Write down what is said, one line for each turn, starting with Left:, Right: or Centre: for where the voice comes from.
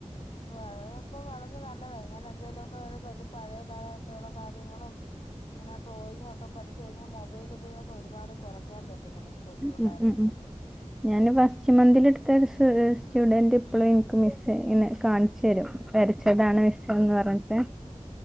Left: <inaudible> എന്തേലുമൊക്കെ പഴയ കാലത്തൊള്ള കങ്ങളും ഇങ്ങനെ ഡ്രോയിങ് ഒക്കെ പഠിച്ച് കഴിഞ്ഞാൽ മൊബൈൽ ഉപയോഗം ഒരുപാട് കുറയ് <inaudible> നമുക്ക് കൊച്ചു പിള്ളോരാ
Centre: ഉം ഉം
Left: എല്ലാം
Centre: ഉം ഞാന് ഫസ്റ്റ് മന്തിൽ എടുത്ത ഒരു സ്റ്റു ഏഹ് സ്റ്റുഡന്റ് ഇപ്പളും ഇനിക്ക് മിസ്സേ എന്നെ കാണിച്ചു തരും വരച്ചതാണ് മിസേന്ന് പറഞ്ഞിട്ട്